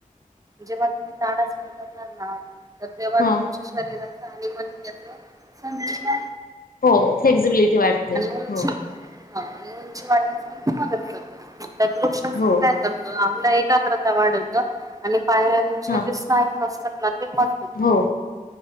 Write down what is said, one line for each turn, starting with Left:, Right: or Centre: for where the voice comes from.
Right: जेव्हा तुम्ही ताडासणी करणार ना- तर तेव्हा तुमच्या
Left: हा
Right: शरीराचं- आणि मग त्याचं संतुष-
Left: हो फ्लेक्सिबिलिटी वाढते
Right: उंची
Left: हो.
Right: हा उंची वाढण्यास पण त मदत करतात. तर लुकक्ष
Left: हो
Right: काय कर ना - एला एककाग्रता वाढत का - आणि पायांचे
Left: हां
Right: जे सनायू नसतात. ते मजबूत
Left: हो
Right: कर.